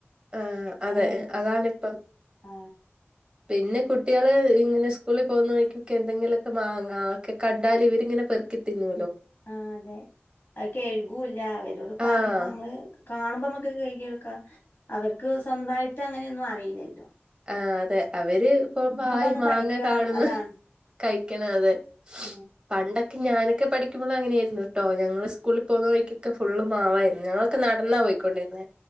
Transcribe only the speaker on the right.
ആ അതെ
അതാണിപ്പം
പിന്നെ കുട്ടികള് ഇങ്ങനെ സ്കൂളി പോകുന്ന വഴിക്ക് ഒക്കെ എന്തെങ്കിലുമൊക്കെ മാങ്ങാ ഒക്കെ കണ്ടാലിവരിങ്ങനെ പെറുകി തിന്നു
ആഹ്
ആ അതെ അവര് ഇപ്പൊ പായി
മാങ്ങ
കാണുന്നു
കഴിക്കണം അതെ
പണ്ട ക്ക് ഞാനൊക്കെ പഠിക്കുമ്പോ അങ്ങനെയായിരുന്നു ട്ടോ ഞങ്ങള് സ്കൂൾ പോകുന്ന വഴിക്കൊക്കെ ഫുള്ള് മാവായിരുന്നു ഞങ്ങളൊക്കെ നടന്നാ പോയിക്കൊണ്ടിരിനെ